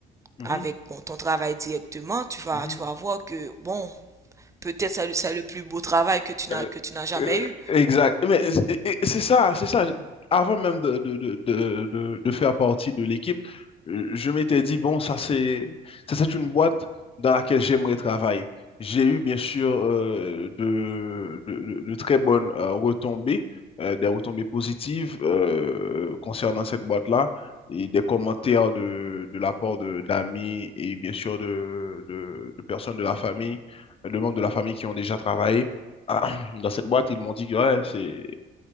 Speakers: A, on the left; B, on the right.
A: mhm,
B: avec bon, ton travail directement, tu vas,
A: mhm.
B: tu vas voir que, bon, peut-être c'est le, c'est le plus beau travail que tu n'as,
A: Euh,
B: que tu n'as jamais
A: euh,
B: eu.
A: exact. Mais c'est et- et c'est ça, c'est ça. Avant même de, de, de, de, de- de faire partie de l'équipe, euh, je m'étais dit, bon, ça c'est, ça c'est une boîte dans laquelle j'aimerais travailler. J'ai eu bien sûr euh, de, de, de- de très bonnes euh, retombées, euh, des retombées positives euh, concernant cette boîte-là et des commentaires de, de la part de- d'amis et bien sûr de, de, de personnes de la famille, de membres de la famille qui ont déjà travaillé. Ah, dans cette boîte, ils m'ont dit que, ouais, c'est,